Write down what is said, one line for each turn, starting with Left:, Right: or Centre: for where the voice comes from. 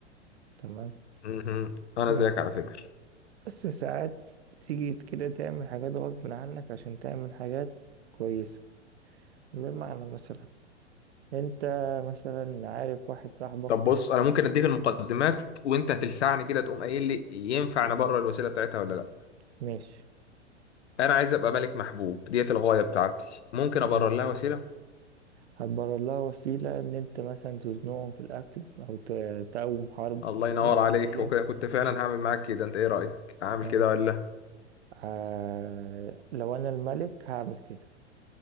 Right: تمام
Left: مهم. انا
Right: بس
Left: زيك على فكره
Right: بس ساعات تيجي كده تعمل حاجات غصب عنك عشان تعمل حاجات كويسة بمعنى مثلا أنت مثلا عارف واحد صاحبك
Left: طب بص انا ممكن اديك المقدمات وانت هتلسعني كده تقوم قايل لي ينفع نبرر الوسيله بتاعتها ولا لا
Right: ماشي
Left: انا عايز ابقى ملك محبوب ديت الغايه بتاعتي ممكن ابرر
Right: يعني
Left: لها وسيله
Right: هتبرر لها وسيلة إن أنت مثلا تزنقهم في الأكل أو ت- تقوم حرب
Left: الله ينور
Right: وهمية
Left: عليك وكده كنت فعلا هعمل معاك كده انت ايه رايك هعمل
Right: فاهم؟
Left: كده ولا لا
Right: آه لو أنا الملك هعمل كده